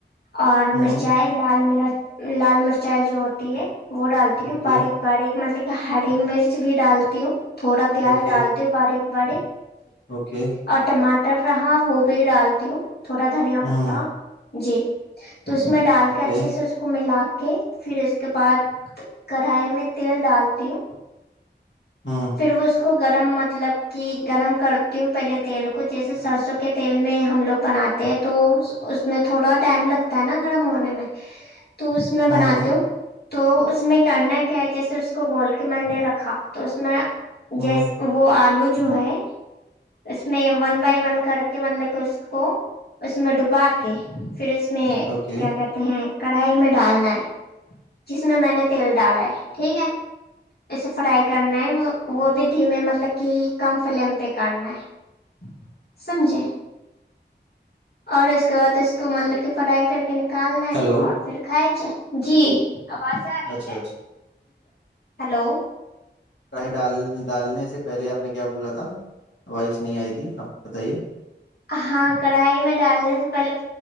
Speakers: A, on the left; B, on the left.
A: اور
B: اوکے
A: مرچائے لال مرچ لال مرچائی جو ہوتی ہے وہ ڈالتی
B: اوکے
A: ہوں باریک باریک مطلب کہ ہری مرچ بھی ڈالتی ہوں تھوڑا پیاز
B: اوکے
A: ڈالتی ہووں باریک بڑی
B: اوکے
A: اور ٹماٹر رہا وہ بھی ڈالتی ہوں تھوڑا دھنیا پتتا
B: ہوں
A: جی تو اس میں ڈال
B: اوکے
A: کے اچھے سے اس کو ملا پھر اس کے بعد کڑھائی میں تیل ڈالتی ہوں
B: ہوں
A: پھر وہ اس کو کو گرم مطلب کہ گرم کرتی ہوں پہلے تیل کو جیسے سرسوں کے تیل میں ہم لوگ بناتے ہیں تو اس میں تھوڑا ٹائم لگتا ہے نا گرم ہونے میں تو اس میں
B: ہوں
A: بناتی ہو تو اس میں کرنا کیا ہے جیسے اس کو گھول کے میں نے رکھا تو میں
B: ہوں
A: جیس وہ آلو جو ہے اس میں ون بائی ون کر کے مطلب کہ اس کو اس میں ڈوبا کے پھر اس میں
B: اوکے
A: کیا کہتے ہیں کڑھائی میں ڈالنا ہے جس میں میں نے تیل ڈالا ہے ٹھیک ہے اسے فرائی کرنا ہے وہ بھی دھیمے مطلب کہ کم فلیم پہ کاٹنا ہے سمجھے اور اس کے بعد اس کو مطلب کہ فرائی کر کے ن نکالنا
B: ہیلو
A: ہے اور پھر کھائےچ جی آواز آ رہی
B: اچھا
A: ہے
B: اچھا
A: ہیلو
B: یں ڈال ڈالنے سے پہلے آپ نے کیا بولا تھا وواہش نہیں آئی تھی آپ کو بتائیے
A: ہاں کڑھائی میں ڈالنے سے پہلے